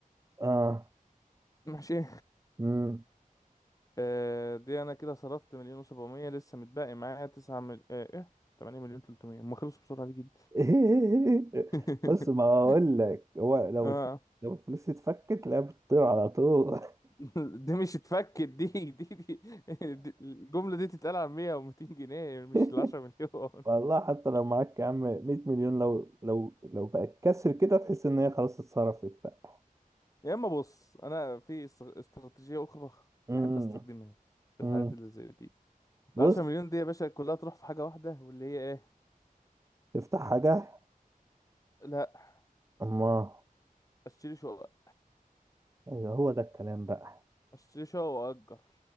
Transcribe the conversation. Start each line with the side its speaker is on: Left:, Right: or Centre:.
Right: اه
Left: <laughs> ماشي
Right: امم
Left: آه دي انا كده صرفت مليون و700 لسه متبقي معايا 9 مل... آه ايه 8 مليون 300 هم خلصوا بسرعه دي جدا
Right: <laughs>
Left: <laughs>
Right: بص ما اقول لك هو لو
Left: اه
Right: الف- لو الفلوس اتفكت لا بتطير على طول
Left: <laughs> دي مش اتفكت دي دي دي, دي الجمله دي تتقال على 100 و200 جنيه مش
Right: <laughs>
Left: ال 10 مليون
Right: والله حتى لو معاك يا عم 100 مليون لو لو لو بقت كسر كده تحس ان هي خلاص اتصرفت بقى
Left: يا اما بص انا في است- استراتيجيه اخرى
Right: امم
Left: بحب استخدمها في الحالات
Right: امم
Left: اللي زي دي
Right: بص
Left: ال 10 مليون دي يا باشا كلها تروح في حاجه واحده واللي هي ايه
Right: افتح حاجه
Left: لا
Right: اما
Left: اشتري شقه
Right: ايوه هو ده الكلام بقى
Left: اشتري شقه واجر